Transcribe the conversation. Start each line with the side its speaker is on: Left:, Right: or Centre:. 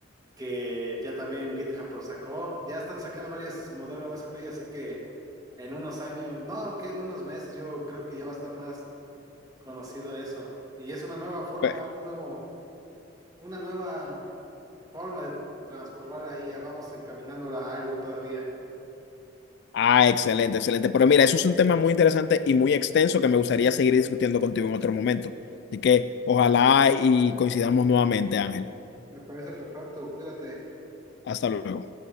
Right: que ya también GitHub lo sacó, ya están sacando varias su modelo MSP, así que en unos años, no, que en unos meses yo creo que ya va a estar más conocido eso. Y es una nueva forma,
Left: Eh,
Right: un nuevo, una nueva forma de transformar la IA, vamos encaminándola a algo todavía.
Left: Ah, excelente, excelente. Pero mira, eso es un tema muy interesante y muy extenso que me gustaría seguir discutiendo contigo en otro momento. Así que ojalá y coincidamos nuevamente, Ángel.
Right: Me parece perfecto, cuídate.
Left: Hasta luego.